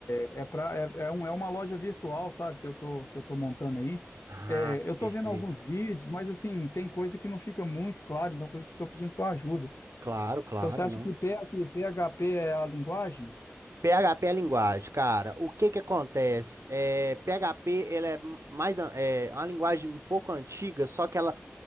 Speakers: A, on the left; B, on the right.
A: É, pra, é, é, um, é uma loja virtual, sabe, que eu tô, que eu tô montando aí.
B: Ah,
A: É, eu tô
B: perfeito.
A: vendo alguns vídeos, mas assim, tem coisa que não fica muito claro, então por isso que eu tô pedindo sua ajuda.
B: Claro, claro,
A: Então você acha
B: não.
A: que P- que PHP é a linguagem?
B: PHP é linguagem, cara. O que que acontece? É, PHP ele é mais an- é uma linguagem um pouco antiga, só que ela,